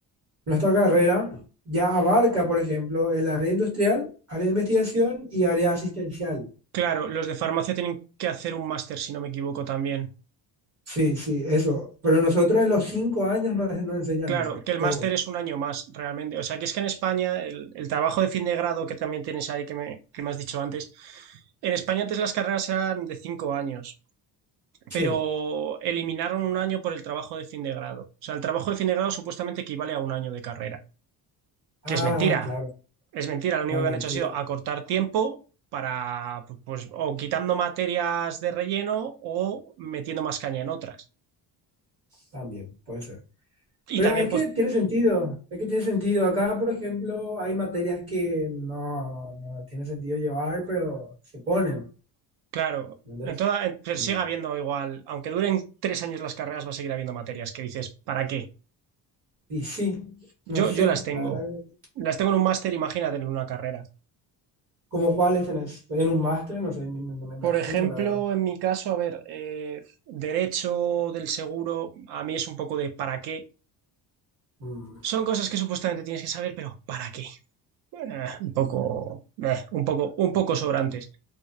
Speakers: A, on the right; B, on the right.
A: nuestra carrera ya abarca, por ejemplo, el área industrial, área de investigación y área asistencial.
B: Claro, los de farmacia tienen que hacer un máster, si no me equivoco, también.
A: Sí, sí, eso. Pero nosotros en los cinco años nos, nos enseñan
B: Claro,
A: eso,
B: que el
A: todo.
B: máster es un año más realmente. O sea, que es que en España el, el trabajo de fin de grado que también tienes ahí, que me, que me has dicho antes, en España antes las carreras eran de cinco años,
A: Sí.
B: pero eliminaron un año por el trabajo de fin de grado. O sea, el trabajo de fin de grado supuestamente equivale a un año de carrera, que es
A: Ah,
B: mentira,
A: claro.
B: es mentira. Lo único
A: No,
B: que
A: mentira.
B: han hecho ha sido acortar tiempo para, pues, o quitando materias de relleno o metiendo más caña en otras.
A: También puede ser.
B: Y
A: Pero
B: también,
A: es que
B: pues,
A: tiene sentido. Es que tiene sentido. Acá, por ejemplo, hay materias que no, no tiene sentido llevar, pero se ponen.
B: Claro,
A: ¿entendés?
B: en toda- en- pero
A: Mm.
B: sigue habiendo igual, aunque duren tres años las carreras, va a seguir habiendo materias que dices, ¿para qué?
A: Y sí,
B: Yo,
A: no sé,
B: yo las tengo.
A: la verdad que-
B: Las tengo en un máster, imagínate en una carrera.
A: ¿Cómo cuáles tenés? En un máster, no sé, ni- ni- no, me imagino,
B: Por ejemplo,
A: la verdad.
B: en mi caso, a ver, eh, derecho del seguro, a mí es un poco de ¿para qué?
A: Mm.
B: Son cosas que supuestamente tienes que saber, pero ¿para qué? Eh, un poco, eh, un poco, un poco sobrantes.